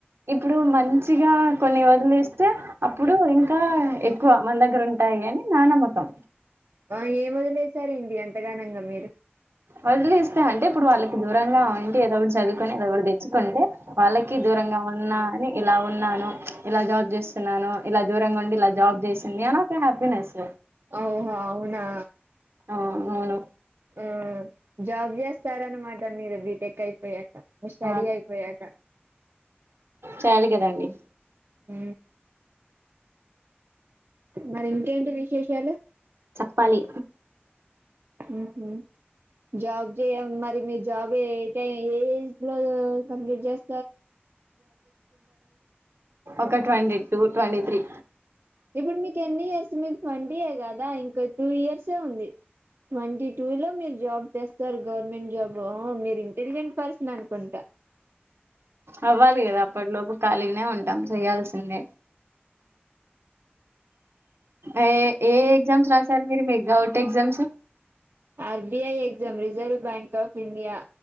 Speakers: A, on the right (about 85°); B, on the right (about 70°).
A: ఇప్పుడు మంచిగా కొన్ని వొదిలేస్తే అప్పుడు ఇంకా ఎక్కువ మన దగ్గర ఉం టై అని నా నమ్మకం
B: ఆ ఏం వదిలేసారండి అంతగానంగా మీరు
A: వదిలేస్తే అంటే ఇప్పుడు వాళ్ళకి దూరంగా ఉంటే ఏదో ఒక చదుకుని ఏదో ఒకటి తెచ్చుకుంటే వాళ్ళకి దూర ఇగ ఉన్నా అని ఇలా ఉన్నాను ఇలా జాబ్ చేస్తున్నాను ఇల దూరంగా ఉండి ఇల జాబ్ చేసింది అని ఒక హ్యాపీనెస్
B: ఓహో అవునా
A: ఆ అవును
B: ఆ జాబ్ చేస్తారనమాట మీరు బి టెక్ అయిపోయాక మి స్టడీ
A: ఆ
B: అయిపోయట
A: చాలి కదండి
B: ఊ మరి ఇంకేంటి విశేషాలు
A: ప్పాలి
B: ఊహు జాబ్ చేయము మరి మీ జాబ్ ఏటై ఏ ఎటిలో కంప్లీట్ చేస్
A: ఒక ట్వంటీ టూ ట్వంటీ త్రీ
B: ఇప్పు మీకెన్ని ఇయర్స్ గదా ఇంక టూ ఇయర్సే ఉంది ట్వంటీ టూ లో మీరు జాబ్ తెస్తారు గవర్నమెంట్ జాబ్ మీరు ఇంటెలిజెంట్ పర్సన్ అనుకుంటా
A: అవ్వాలి గదా అప్పటిలోపు ఖాళీగానే ఉంటాం చెయ్యాల్సిందే ఏ ఏ ఎగ్జామ్స్ రాశారు మీరు మీ govt exams
B: R B I reserve bank of India